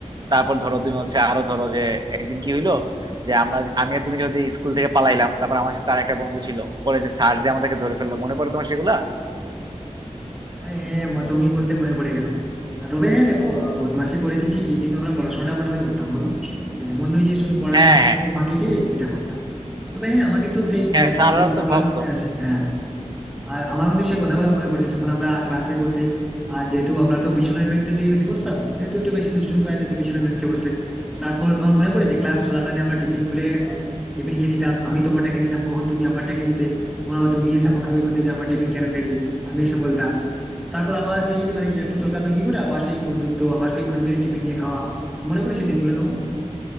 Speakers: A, on the right; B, in the centre.
A: তারপর ধরো তুমি হচ্ছে আরো ধরো যে একদিন কি হইলো যে আমরা আমি আর তুমি যে স্কুল থেকে পালাইলাম তারপর আমার সাথে আর একটা বন্ধু ছিল পরে যে স্যার যে আমাদেরকে ধরে ফেললো মনে পড়ে তোমার সেগুলা
B: হ্যাঁ হ্যাঁ, হ্যাঁ, ম- তুমি বলতে মনে পড়ে গেল আহ, তবে হ্যাঁ দেখো আহ, বদমাশি করেছি ঠিকই কিন্তু আমরা পড়াশোনাটা মোটামুটি করতাম বলো এমন নয় যে শুধু পড়াশোনাটা
A: হ্যাঁ হ্যাঁ
B: পুরো ফাঁকি দিয়ে এটা করতাম তবে হ্যাঁ আমার কিন্তু সেই
A: হ্যাঁ
B: আহ,
A: স্যাররাও
B: সেই কথাগুলো
A: তো ভাবতো
B: মনে আছে হ্যাঁ আর আমার কিন্তু সেই কথাগুলো মনে পড়ে যখন আমরা ক্লাসে বসে আর যেহেতু আমরা তো পিছনের বেঞ্চের দিকে বেশি বসতাম সেহেতু একটু বেশি দুষ্টুমি করা যেত পিছনের বেঞ্চে বসলে তারপর তোমার মনে পড়ে যে ক্লাস চলাকালীন আমরা টিফিন খুলে আহ, টিফিন খেয়ে নিতাম আমি তোমারটা খেয়ে নিতাম কখন তুমি আমারটা খেয়ে নিতে তখন আবার তুমি এসে বকাবকি করতে যে আমার টিফিন কেন খেলি আমি এসে বলতাম তারপর আবার সেই মানে কি একটু তর্কাতর্কি করে আবার সেই বন্ধুত্ব আবার সেই অন্যের টিফিন নিয়ে খাওয়া তো মনে পড়ে সেই দিনগুলো তোমার